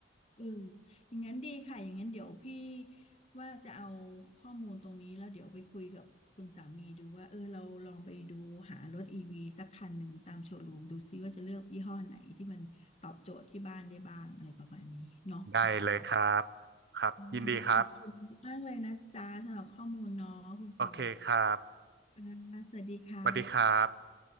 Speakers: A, on the left; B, on the right.
A: เอออย่างนั้นดีค่ะอย่างนั้นเดี๋ยวพี่ว่าจะเอาข้อมูลตรงนี้แล้วเดี๋ยวไปคุยกับคุณสามีดูว่าเออเราลองไปดูหารถอีวีสักคันหนึ่งตามโชว์รูมดูซิว่าจะเลือกยี่ห้อไหนที่มันตอบโจทย์ที่บ้านได้บ้างอะไรประมาณนี้เนาะคุณปอ
B: ได้เลยครับครับยินดีครับ
A: ไม่ต้องขอบคุณมากเลยนะจ๊ะสำหรับข้อมูลเนาะคุณปอ
B: โอเคครับ
A: อ่าสวัสดีค่ะ
B: สวัสดีครับ